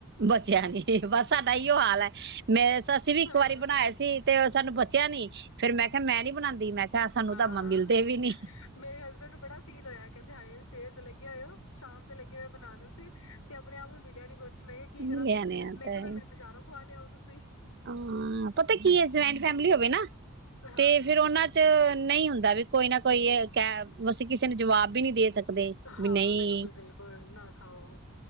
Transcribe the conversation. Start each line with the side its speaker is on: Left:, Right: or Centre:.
Right: ਬਚਿਆ ਨੀ ਬਸ ਸਾਡੇ ਤਾ ਇਓ ਹਾਲ ਹੈ। ਮੈਂ ਅੱਸੀਂ ਵੀ ਇੱਕ
Left: ਹਾਂ
Right: ਵਾਰੀ ਬਣਾਏ ਸੀ ਤੇ ਸਾਨੂੰ ਪੁੱਛਿਆ ਨੀ ਫਿਰ ਮੈਂ ਕਿਹਾ ਮੈਂ ਨੀ ਬਣਾਉਂ ਮੈਂ ਕਿਹਾ ਸਾਨੂੰ
Left: ਹਾਂ,
Right: ਤਾਂ ਮਿਲਦੇ ਵੀ ਨੀ
Left: ਮੇਰੇ ਹਸਬੈਂਡ ਨੂੰ ਬੜਾ ਫੀਲ ਹੋਇਆ ਕਹਿੰਦੇ ਹਾਏ ਸਵੇਰ ਤੇ ਲੱਗੇ ਹੋਏ ਹੋ ਸ਼ਾਮ ਤੇ ਲੱਗੇ ਹੋਏ ਬਣਾਨ ਸੀ ਤੇ ਆਪਣੇ ਆਪ ਨੂੰ ਮਿਲਿਆ ਨੀ ਕੁਛ ਨਹੀਂ, ਮੈਂ ਕਿਹਾ
Right: ਲਿਆਣੇ
Left: ਕੀ ਕਰਾਂ ਫਿਰ
Right: ਆ
Left: ਮੈਂ
Right: ਤਾਂ
Left: ਕਿਹਾ ਫਿਰ ਮੈਨੂੰ ਬਜਾਰੋ ਖਿਲਾ ਲਿਆਓ। ਤੁਸੀਂ
Right: ਹਾਂ, ਪਤਾ ਕਿ ਜੁਆਇੰਟ ਫੈਮਿਲੀ ਹੋਵੇ ਨਾ
Left: ਹਾਂ
Right: ਤੇ ਫੇਿਰ ਉਹਨਾਂ ਚ ਨਹੀਂ ਹੁੰਦਾ ਦਾ ਵੀ ਕੋਈ ਨਾ ਕੋਈ ਕਹਿ ਅਸੀਂ ਕਿਸੇ ਨੂੰ ਜਵਾਬ ਵੀ ਨਹੀਂ ਦੇ ਸਕਦੇ
Left: ਹਾਂ
Right: ਵੀ ਨਹੀਂ
Left: ਬਿਲਕੁਲ ਬਿਲਕੁਲ ਨਾ ਖਾਓ।